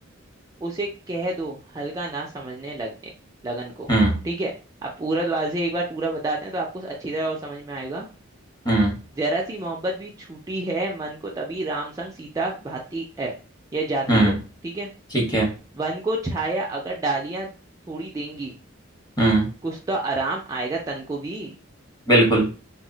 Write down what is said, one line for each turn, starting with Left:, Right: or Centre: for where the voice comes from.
Right: उसे कह दो हल्का ना समझने लगने लगन को
Left: हम्म
Right: ठीक है अब पूरा द्वार से एक बार पूरा बताते हैं तो आपको अच्छी तरह और समझ में आएगा
Left: हम्म
Right: जरा सी मोहब्बत भी छूटी है मन को तभी राम संग सीता भाती है यह जाती
Left: हम्म
Right: है ठीक है
Left: ठीक है
Right: वन को छाया अगर डालियां थोड़ी देंगी
Left: हम्म
Right: कुछ तो आराम आएगा तन को भी
Left: बिल्कुल